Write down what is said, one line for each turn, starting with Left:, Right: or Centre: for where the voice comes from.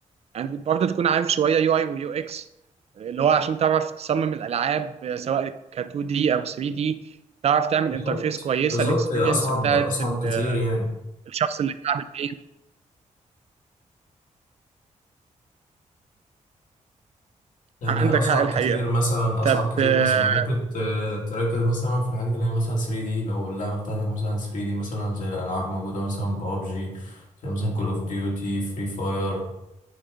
Right: يعني برضه تكون عارف شوية يو اي ويو اكس اللي هو عشان تعرف تصمم الألعاب آه، سواء ك 2 دي أو 3 دي تعرف تعمل
Left: بالظبط
Right: انترفيس كويسة
Left: بالظبط
Right: الاكسبيرينس
Left: هي اصعب
Right: بتاعت
Left: اصعب
Right: ال-
Left: كتير يعني
Right: الشخص اللي بيلعب الجيم
Left: يعني
Right: عندك
Left: هي اصعب
Right: حق الحقيقة
Left: كتير مثلا اصعب
Right: طب
Left: كتير
Right: اه
Left: مثلا ممكن ت- تركز مثلا في الحاجات اللي هي مثلا 3 دي لو اللعبه بتاعتك مثلا 3 دي مثلا زي الالعاب موجوده مثلا بابجي زي مثلا كول اوف ديوتي فري فاير